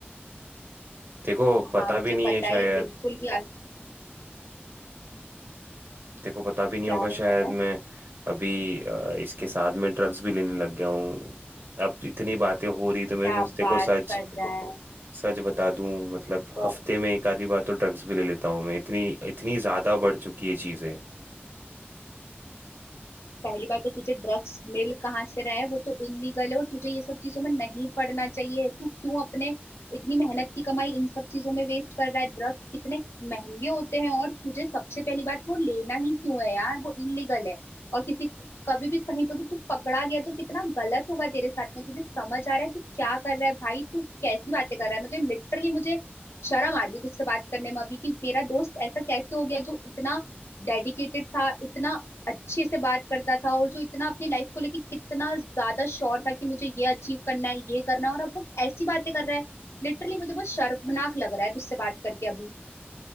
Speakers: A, on the right; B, on the left.
A: देखो पता
B: हाँ मुझे
A: भी नहीं
B: पता
A: है शायद
B: है ये बिल्कुल भी आज
A: देखो पता भी नहीं
B: क्या
A: होगा
B: नहीं
A: शायद
B: पता है
A: मैं अभी अ, इसके साथ में ड्रग्स भी लेने लग गया हूँ अब इतनी बातें हो रही तो मैं
B: क्या
A: सोचते
B: बात
A: को सच
B: कर रहा है
A: सच बता दूं मतलब
B: बहुत
A: हफ्ते में एक आधी बार तो ड्रग्स भी ले लेता हूँ मैं इतनी इतनी ज्यादा बढ़ चुकी है चीजें
B: पहली बात तो तुझे ड्रग्स मिल कहाँ से रहा है वो तो इलीगल है और तुझे ये सब चीजों में नहीं पड़ना चाहिए तू क्यों अपने इतनी मेहनत की कमाई इन सब चीजों में वेस्ट कर रहा है ड्रग्स कितने महंगे होते हैं और तुझे सबसे पहली बात वो लेना ही क्यों है यार वो इलीगल है और किसी कभी भी कहीं पर भी तू पकड़ा गया तो कितना गलत होगा तेरे साथ में तुझे समझ आ रहा है तू क्या कर रहा है भाई तू कैसी बातें कर रहा है मुझे लिटरली मुझे शर्म आ रही है तुझसे बात करने में अभी कि मेरा दोस्त ऐसा कैसे हो गया जो इतना डेडिकेटेड था इतना अच्छे से बात करता था और जो इतना अपनी लाइफ को लेके कितना ज्यादा श्योर था कि मुझे ये अचीव करना है ये करना है और अब वो ऐसी बातें कर रहा है लिटरली मुझे बहुत शर्मनाक लग रहा है तुझसे बात करके अभी